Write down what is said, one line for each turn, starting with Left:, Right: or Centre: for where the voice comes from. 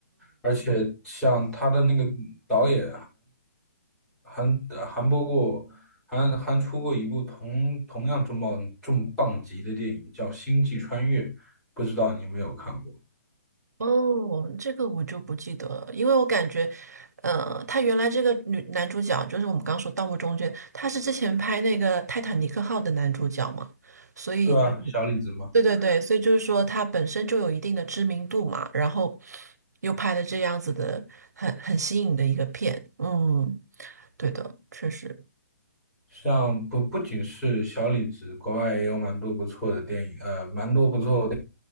Centre: 而且像他的那个导演。还还播过，还还出过一部同同样重磅重磅级的电影，叫《星际穿越》，不知道你有没有看过？
Right: 哦，这个我就不记得了，因为我感觉，呃，他原来这个女男主角就是我们刚说《盗墓中》间，他是之前拍那个《泰坦尼克号》的男主角嘛，所以就
Centre: 对啊，小李子嘛，
Right: 对对对，所以就是说他本身就有一定的知名度嘛，然后又拍了这样子的很很新颖的一个片，嗯，对的，确实。
Centre: 像不不仅是小李子，国外也有蛮多不错的电影，呃，蛮多不错的